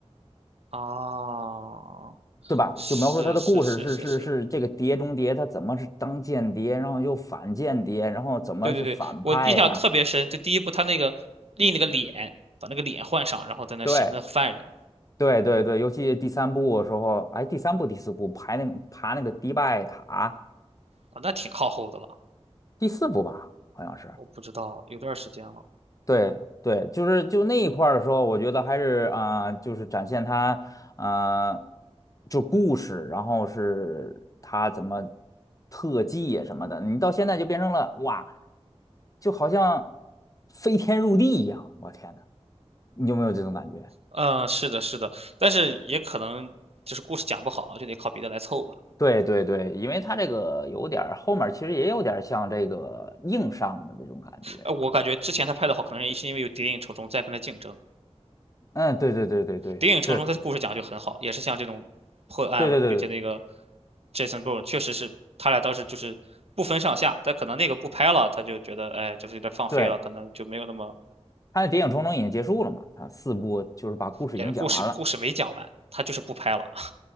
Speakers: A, on the right (about 65°); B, on the left (about 30°).
A: 啊，
B: 对吧？
A: 是是是是是，
B: 就描述他的故事是是是这个碟中谍，他怎么是当间谍，然后又反间谍，然后怎么是反派呀？
A: 对对对，我印象特别深，就第一部他那个立那个脸，把那个脸换上，然后在那审问犯人
B: 对对对对，尤其第三部的时候，哎，第三部第四部排那个爬那个迪拜塔，
A: 啊，那挺靠后的了。
B: 第四部吧，好像是。
A: 我不知道，有段时间了。
B: 对对，就是就那一块儿的时候，我觉得还是啊、就是展现他啊、就故事，然后是他怎么特技啊什么的，你到现在就变成了哇，就好像飞天入地一样，我天呐，你有没有这种感觉？
A: 嗯，是的，是的，但是也可能就是故事讲不好了，就得靠别的来凑吧。
B: 对对对，因为他这个有点儿后面儿其实也有点儿像这个硬上的那种感觉，
A: 呃，我感觉之前他拍的好，可能是因为有《谍影重重》在跟他竞争，
B: 嗯，对对对对对，
A: 《谍影重重》他的故事讲得就很好，
B: 是，
A: 也是像这种破案嘛，
B: 对对对对。
A: 并且那个 Jason Bourne 确实是他俩当时就是不分上下，但可能那个不拍了，他就觉得哎，就是有点放飞了，
B: 对
A: 可能就没有那么
B: 他的《谍影重重》已经结束了嘛，他四部就是把故事已经讲完了。
A: 也故事故事没讲完，他就是不拍了。